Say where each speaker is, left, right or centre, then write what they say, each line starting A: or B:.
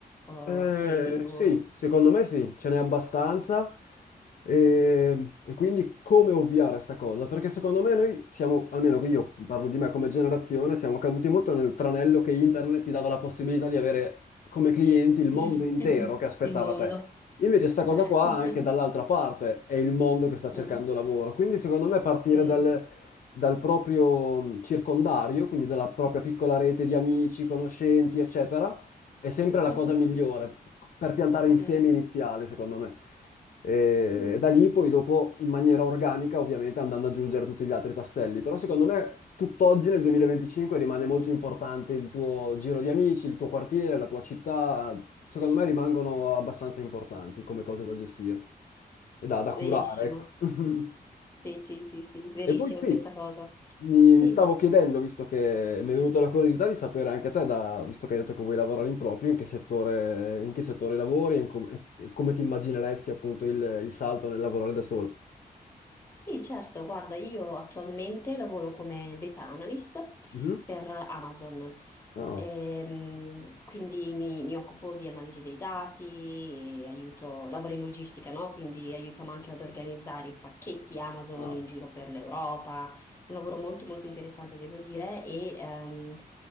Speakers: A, on the left (about 15°); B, on the left (about 60°).
A: oh,
B: Eh,
A: credi, o-
B: sì, secondo me sì, ce n'è abbastanza e, e quindi come ovviare a sta cosa? Perché secondo me noi siamo, almeno io parlo di me come generazione, siamo caduti molto nel tranello che internet ti dava la possibilità di avere come clienti il mondo
A: <laughs>
B: intero che aspettava
A: nel mondo?
B: te. Invece sta cosa
A: Eh.
B: qua
A: <laughs>
B: anche dall'altra parte è il mondo che sta cercando
A: Mm,
B: lavoro, quindi secondo me partire
A: mm.
B: dal, dal proprio circondario, quindi dalla propria piccola rete di amici, conoscenti, eccetera è sempre la
A: Mhm.
B: cosa migliore per piantare
A: Mm.
B: il seme iniziale, secondo me. E
A: Mm.
B: da lì poi dopo in maniera organica, ovviamente andando ad aggiungere tutti gli altri tasselli, però secondo me tutt'oggi nel 2025 rimane molto importante il tuo giro di amici, il tuo quartiere, la tua città, secondo me rimangono abbastanza importanti come cose da gestire e da, da
A: Verissimo.
B: curare, ecco. <laughs>
A: Sì, sì, sì, sì, verissimo
B: E poi sì,
A: questa cosa.
B: mi,
A: Sì,
B: mi stavo chiedendo, visto che mi è venuta la curiosità di sapere anche te, da- visto che hai detto che vuoi lavorare in proprio, in che settore, in che settore lavori e, in com- e come ti immagineresti appunto il, il salto nel lavorare da solo.
A: Sì, certo, guarda, io attualmente lavoro come data analyst
B: Mhm.
A: per Amazon,
B: Ah,
A: Ehm, quindi mi, mi occupo di analisi dei dati, aiuto, lavoro in logistica, no? Quindi aiutiamo anche ad organizzare i pacchetti Amazon
B: ah,
A: in giro per l'Europa, un lavoro molto molto interessante devo dire e ehm,